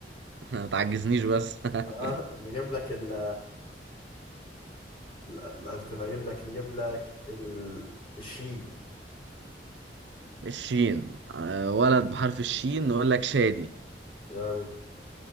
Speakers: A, on the right (about 80°); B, on the left (about 30°).
A: <laughs> ما تعجزنيش بس <laughs>
B: اه نجيب لك ال ال- ال- كنا اجيب لك نجيب لك ال الشين
A: الشين آه، ولد بحرف الشين نقول لك شادي
B: يلا